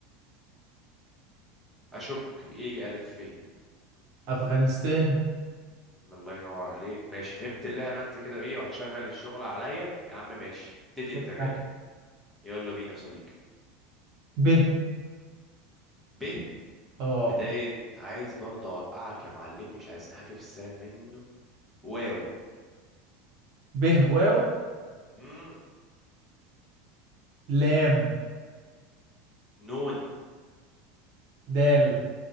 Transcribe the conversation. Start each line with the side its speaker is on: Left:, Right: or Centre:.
Centre: اشك ايه الف ف دي
Right: أفغانستان
Centre: الله ينور عليك ماشي فهمت اللعبه انت كده ايه وهتشغل الشغل عليا يا عم ماشي ابتدي انت
Right: ف.
Centre: غالي يلا بينا يا صديقي
Right: ب
Centre: ب
Right: اه
Centre: بدايه عايز برضه اوقعك يا معلم مش عايزين حاجه في السهل منه واو
Right: ب واو
Centre: مم.
Right: لام
Centre: نون
Right: دال